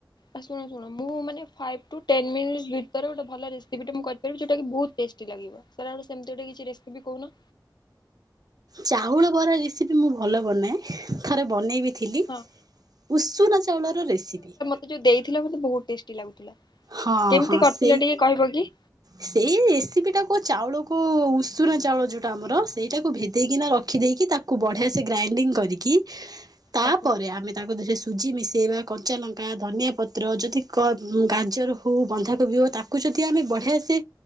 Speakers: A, on the left; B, on the right.
A: ଫାସ୍ ଶୁଣ ମୁଁ ମାନେ ଫାଇଭ୍ ଟୁ ଟେନ୍ ମିନିଟ୍ସ୍ ଭିତରେ ଗୋଟେ ଭଲ ରେସିପି ଟେ ମୁଁ କରିପାରିବି ଜଉଟା ବହୁତ ଟେଷ୍ଟି ଲାଗିବ ସାର୍ ଆଉ ସେମିତି ଗଟେ କିଛି ରେସିିପି କହୁନ
B: ଚାଉଳ ବରା ରେସିପି ମୁଁ ଭଲ ବନାଏ ଥରେ ବନେଇବି ଥିଲି
A: ହଁ
B: ଉଷୁନା ଚାଉଳର ରେସିପି
A: ସେ ଯୋଉ ଦେଇଥିଲେ ମୋତେ ବହୁତ ଟେଷ୍ଟି ଲାଗୁଥିଲା
B: ହଁ
A: କେମିତି
B: ହଁ
A: କରିଥିଲେ
B: ସେଇ
A: ଟିକେ କହିବ କି?
B: ସେଇ ରେସିପି ଟା କ ଚାଉଳ କ ଉସୁନା ଚାଉଳ ଯୋଉଟା ଆମର ସେଇଟାକୁ ଭେଦେଇକିନା ରଖ ରଖି ଦେଇେକି ତାକୁ ବଢ଼ିଆ ସେ ଗ୍ରାଇଣ୍ଡିଂ କରିକି ତାପରେ
A: ଓକେ
B: ଆମେ ତାକୁ ଦେହରେ ସୁଜି ମିଶାଇବା କଞ୍ଚା ଲଙ୍କା ଧନିଆ ପତ୍ର ଯଦି କ ଗ ଜର ହେଉ ବନ୍ଧାକୋବି ହେ ତାକୁ ଯଦି ଆମେ ବଢ଼ିଆ ସେ